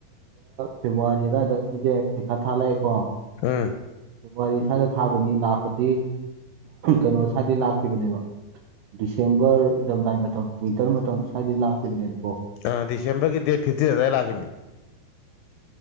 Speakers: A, on the right; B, on the left.
A: ꯐꯦꯕꯋꯥꯔꯤ ꯑꯗꯨꯋꯥꯏꯗ ꯅꯣꯏꯁꯦ ꯄꯩꯈꯥ ꯊꯥꯂꯛꯑꯦꯀꯣ
B: ꯎꯝ
A: ꯐꯦꯕꯋꯥꯔꯤ ꯁ꯭ꯋꯥꯏꯗ ꯊꯥꯕꯅꯤ ꯂꯥꯛꯄꯗꯤ ꯀꯩꯅꯣ ꯁ꯭ꯋꯥꯏꯗꯩ ꯂꯥꯛꯈꯤꯕꯅꯦꯕ ꯗꯤꯁꯦꯝꯕꯔ ꯏꯊꯝꯗꯥꯏ ꯃꯇꯝ ꯋꯤꯟꯇꯔ ꯃꯇꯝ ꯁ꯭ꯋꯥꯏꯗꯩ ꯂꯥꯛꯈꯤꯕꯅꯦꯕꯀꯣ
B: ꯑ ꯗꯤꯁꯦꯝꯕꯔꯒꯤ ꯗꯦꯠ ꯐꯤꯐꯇꯤꯟ ꯑꯗꯨꯗ ꯂꯥꯛꯈꯤꯕꯅꯤ